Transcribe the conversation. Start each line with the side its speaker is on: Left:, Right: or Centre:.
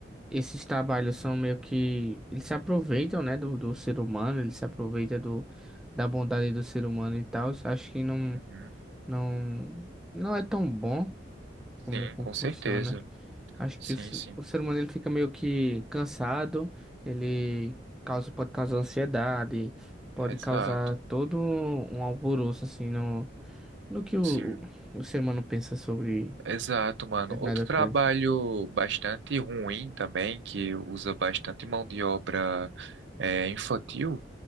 Centre: esses trabalhos são meio que. Eles se aproveitam, né, do, do ser humano, eles se aproveitam do, da bondade do ser humano e tal. Acho que não,
Right: Uhum.
Centre: não, não é tão bom
Right: Sim,
Centre: como, como
Right: com
Centre: funciona.
Right: certeza.
Centre: Acho
Right: Sim,
Centre: que o, se-
Right: sim.
Centre: o ser humano ele fica meio que cansado, ele causa, pode causar ansiedade, pode
Right: Exato.
Centre: causar todo um alvoroço assim no, no que o,
Right: Sim,
Centre: o, o ser humano pensa sobre
Right: exato, mano.
Centre: determinada
Right: Outro trabalho
Centre: coisa.
Right: bastante ruim também, que usa bastante mão de obra é, infantil,